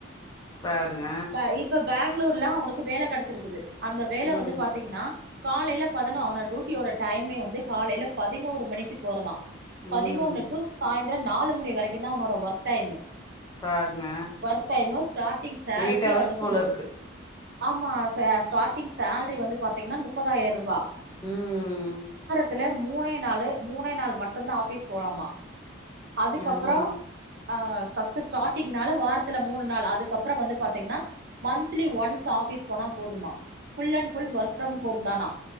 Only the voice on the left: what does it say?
பாருங்க
ம்
ம்
பாருங்க
எயிட் ஹவர்ஸ்
போல
இருக்கு
உம்
அதா